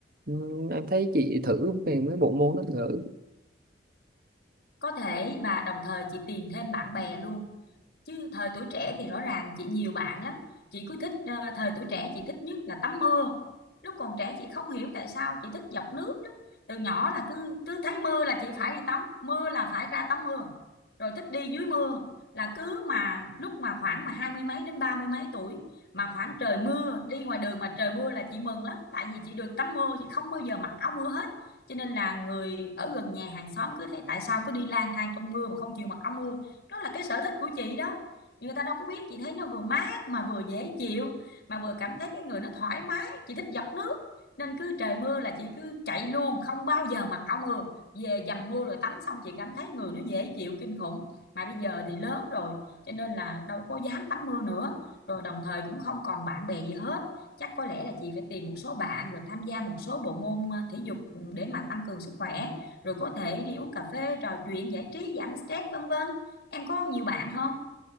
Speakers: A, on the right (about 55°); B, on the left (about 65°).
A: Ừm, em thấy chị thử về mấy bộ môn đó thử
B: Có thể và đồng thời chị tìm thêm bạn bè luôn chứ thời tuổi trẻ thì rõ ràng chị nhiều bạn lắm chị cứ thích ờ, thời tuổi trẻ chị thích nhất là tắm mưa lúc còn trẻ chị không hiểu tại sao chị thích dọc nước lắm từ nhỏ là cứ cứ thấy mưa là chị phải đi tắm mưa là phải ra tắm mưa rồi thích đi dưới mưa là cứ mà lúc mà khoảng mà hai mươi mấy đến ba mươi mấy tuổi mà khoảng trời mưa đi ngoài đường mà trời mưa là chị mừng lắm tại vì chị được tắm mưa chị không bao giờ mặc áo mưa hết cho nên là người ở gần nhà hàng xóm cứ thấy tại sao cứ đi lang thang trong mưa mà không chịu mặc áo mưa đó là cái sở thích của chị đó nhưng người ta đâu có biết chị thấy nó vừa mát mà vừa dễ chịu mà vừa cảm thấy cái người nó thoải mái chị thích dọc nước nên cứ trời mưa là chị cứ chạy luôn không bao giờ mặc áo mưa về dầm mưa rồi tắm xong chị cảm thấy người nó dễ chịu kinh khủng mà bây giờ thì lớn rồi cho nên là đâu có dám tắm mưa nữa rồi đồng thời cũng không còn bạn bè gì hết chắc có lẽ là chị phải tìm một số bạn rồi tham gia một số bộ môn à, thể dục ừ, để mà tăng cường sức khỏe rồi có thể đi uống cà phê trò chuyện giải trí giảm stress vân vân em có nhiều bạn không